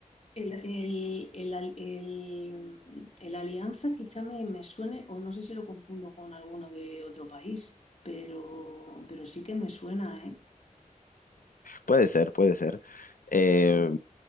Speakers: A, on the left; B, on the left.
A: El, el- el al- el- el Alianza quizá me, me suene, o no sé si lo confundo con alguno de otro país, pero, pero sí que me suena, ¿eh?
B: Puede ser, puede ser. Eh,
A: Bueno,